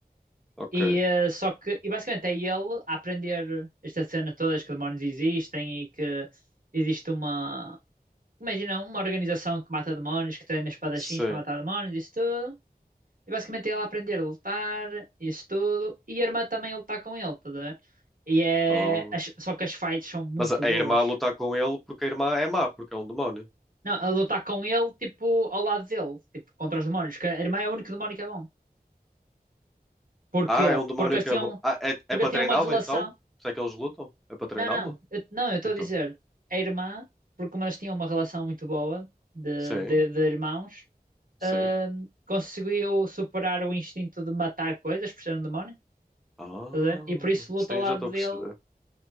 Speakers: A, in the centre; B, on the right.
A: Ok.
B: E eh, só que, e basicamente é ele a aprender esta cena todas que demónios existem e que existe uma. Imagina uma organização que mata demónios, que treina espadachins
A: Sim.
B: para matar demónios, isso tudo. E basicamente é ela aprender a lutar, isso tudo. E a irmã também a lutar com ele, tá a ver? E é.
A: Oh.
B: as- Só que as fights são muito
A: Mas a, a
B: boas.
A: irmã lutar com ele porque a irmã é má, porque é um demónio.
B: Não, a lutar com ele, tipo, ao lado dele, tipo, contra os demónios. Que a irmã é o único demónio que é bom. Porquê?
A: Ah, é um demónio
B: Porque eles
A: que
B: tinham.
A: é bom. Ah, é,
B: Porque
A: é para
B: tinham
A: treiná-lo
B: uma relação.
A: então? Será que eles lutam? É para treiná-lo?
B: Não, não. Eu, não, eu estou
A: Então.
B: a dizer a irmã, porque como eles tinham uma relação muito boa de,
A: Sim,
B: de, de irmãos.
A: sim.
B: ahm, conseguiu superar o instinto de matar coisas por ser um demónio,
A: Ah,
B: estás a ver? E por isso luta
A: sim,
B: ao lado
A: já estou
B: dele,
A: a perceber.